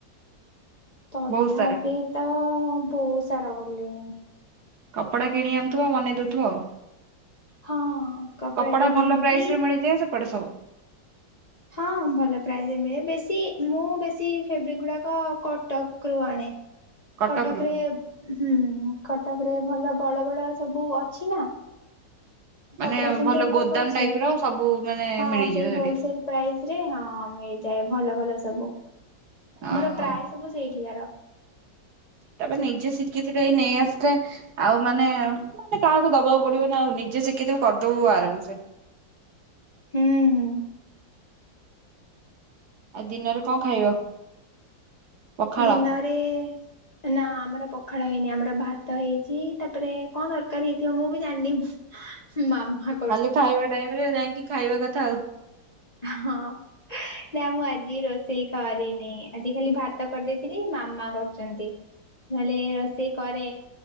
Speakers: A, on the left (about 35°); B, on the right (about 65°).
A: ତଥାପି
B: ବହୁତ ସାରା
A: ତ ବହୁତ୍ ସାରା ଗଲେଣି।
B: କପଡା କିଣି ଆଣୁଥିବ ଆଉ ବନେଇ ଦଉଥିବ ଆଉ।
A: ହଁ
B: କପଡା
A: କିଣି
B: ଭଲ
A: ଆଣିକି
B: ପ୍ରାଇସ ରେ ମିଳିଯାଏ ସେପଟେ ସବୁ।
A: ହଁ ଭଲ ପ୍ରାଇଜରେ ମିଳେ ବେଶୀ ମୁଁ ବେଶୀ ଫେବ୍ରିକ୍ ଗୁଡାକ କଟକ ରୁ ଆଣେ।
B: କଟକରୁ
A: କଟକରେ ହୁଁ କଟକରେ ଭଲ ବଡ ବଡ ସବୁ ଅଛି ନା।
B: ମାନେ
A: କପଡା ସେଣ୍ଟର
B: ଭଲ
A: ଗୁଡାକ
B: ଗୋଦାମ
A: ଅଛି
B: ଟାଇପ୍ ର ସବୁ ମାନେ
A: ହଁ
B: ମିଳିଯିବ
A: ସେଇ
B: ସେଠି
A: ହୋଲସେଲ୍ ପ୍ରାଇଜିରେ ହଁ ମିଳିଯାଏ ଭଲ ଭଲ ସବୁ
B: ଓହୋ
A: ମୋର ପ୍ରାୟ ସବୁ ସେଇଠିକାର।
B: ତାପରେ ନିଜେ ଶିଖିଥିଲେ ଏଇ ନେଇ ଆସେ। ଆଉ ମାନେ ମାନେ କାହାକୁ ଦବାକୁ ପଡିବ ନା ଆଉ ନିଜେ ଶିଖିିତକୁ କରିଦଉ ଆରାମସେ।
A: ହୁଁ ହୁଁ।
B: ଆଉ ଦିନରେ କଣ ଖାଇବ। ପଖାଳ
A: ଦିନରେ ନା ଆମର ପଖାଳ ହେଇନି ଆମର ଭାତ ହେଇଛି ତାପରେ କଣ ତରକାରି ହେଇଥିବ ମୁଁ ବି ଜାଣିନି। ମାମା କ
B: ଖାଲି ଖାଇବା ଟାଇମି ରେ ଯାଇକି ଖାଇବା କଥା ଆଉ।
A: ହଁ। ନା ମୁଁ ଆଜି ରୋଷେଇ କରିନି ଆଜି ଖାଲି ଭାତ କରିଦେଇଥିଲି ମାମା କରୁଚନ୍ତି।
B: ହ <unintelligible>
A: ନହେଲେ ରୋଷେଇ କରେ